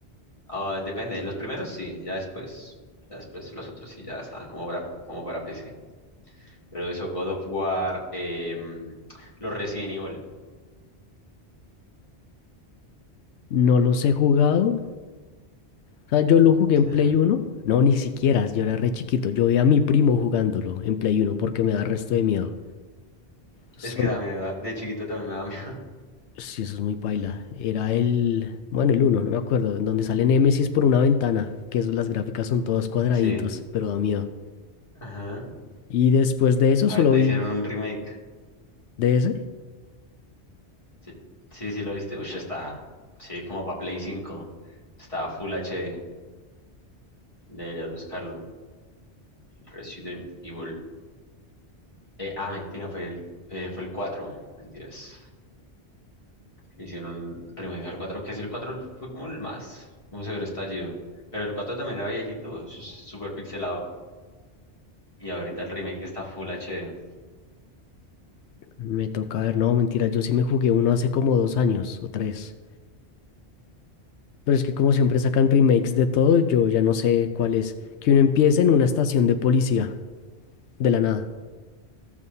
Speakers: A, on the left (about 30°); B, on the left (about 85°).
A: Ah, depende, los primeros sí, ya después, ya después los otros sí ya estaban como para, como para PC. Pero eso, God of War, em, los Resident Evil.
B: No los he jugado. O sea, yo lo jugué en
A: Ajá.
B: Play Uno. No, ni siquiera, yo era re chiquito. Yo veía a mi primo jugándolo en Play Uno porque me da resto de miedo. Solo,
A: Es que da miedo, de chiquito también me da miedo.
B: sí, eso es muy paila. Era el, bueno, el uno. no me acuerdo, en donde sale Nemesis por una ventana, que eso- las gráficas son todos cuadraditos,
A: <laughs> Sí.
B: pero da miedo.
A: Ajá.
B: Y después de eso
A: Ahorita
B: solo vi
A: hicieron un remake.
B: DS.
A: Sí, sí, sí, lo viste. Ush, está, sí, como para Play 5. Está Full HD. Deberías buscarlo. Resident Evil. Eh, ah, mentira, fue el, eh, fue el cuatro Mentiras. hicieron un remake al 4 que es el 4 fue como el más, como severo estallido. Pero el 4 también era viejito, s- súper pixelado. Y ahorita el remake está Full HD.
B: Me toca ver, no, mentira, yo sí me jugué uno hace como dos años o tres. Pero es que como siempre sacan remakes de todo, yo ya no sé cuál es. Que uno empieza en una estación de policía, de la nada.